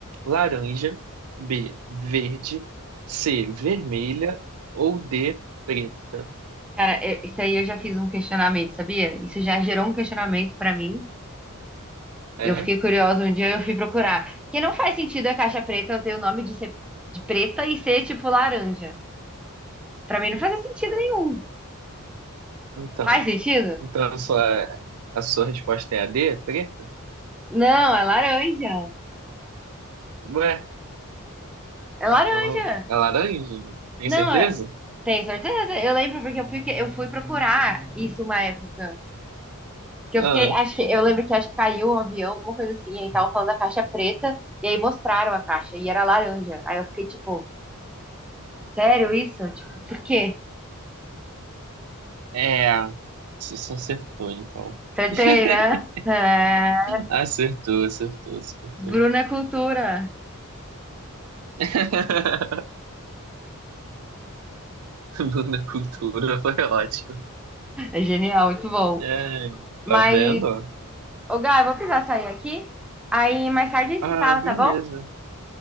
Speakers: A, on the right (about 75°); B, in the centre.
A: Laranja. B. Verde. C. Vermelha. Ou D. Preta.
B: Cara, é- isso aí eu já fiz um questionamento, sabia? Isso já gerou um questionamento pra mim.
A: É?
B: Eu fiquei curiosa um dia, eu fui procurar. Que não faz sentido a caixa preta eu ter o nome de ser de preta e ser tipo laranja. Pra mim não faz sentido nenhum.
A: Então.
B: Faz sentido?
A: Então a sua, a sua resposta é a D? Preta?
B: Não, é laranja.
A: Ué,
B: É laranja.
A: então não, é laranja? Tem
B: Não,
A: certeza?
B: é- tem certeza? Eu lembro porque eu fui que- eu fui procurar isso uma época. Que
A: Ah,
B: eu fiquei, acho que eu lembro que acho que caiu um avião, alguma coisa assim, aí estavam falando da caixa preta e aí mostraram a caixa e era laranja. Aí eu fiquei tipo Sério isso? Tipo, por quê?
A: é. Você você acertou, então.
B: Acertei,
A: <laughs>
B: né? É,
A: Acertou, acertou, acertou.
B: Bruna é cultura.
A: <laughs> Luna Cultura foi ótimo.
B: É genial, muito bom.
A: É,
B: Mas,
A: tá vendo? ó?
B: ô Gá, eu vou precisar sair aqui. Aí mais tarde a gente
A: Ah,
B: se fala,
A: beleza.
B: tá bom?